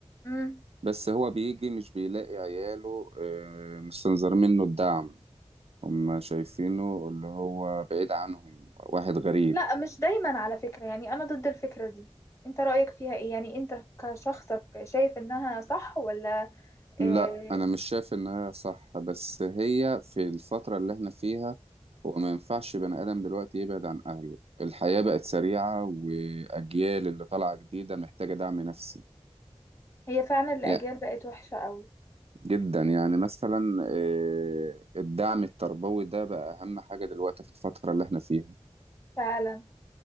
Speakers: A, on the left; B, on the right.
A: مم.
B: بس هو بيجي مش بيلاقي عياله آه، مستنظرين منه الدعم هم شايفينه اللي هو بعيد عنهم واحد غريب
A: لا مش دايما على فكرة يعني أنا ضد الفكرة دي أنت رأيك فيها إيه يعني أنت كشخصك شايف إنها صح ولا
B: لا
A: إيه
B: انا مش شايف انها صح بس هي في الفترة اللي احنا فيها هو ما ينفعش بني ادم دلوقتي يبعد عن اهله الحياة بقت سريعة واجيال اللي طالعة جديدة محتاجة دعم نفسي
A: هي فعلا الأجيال
B: يعني
A: بقت وحشة أوي
B: جدا يعني مثلا آه، الدعم التربوي ده بقى اهم حاجة دلوقتي في الفترة اللي احنا فيها
A: فعلا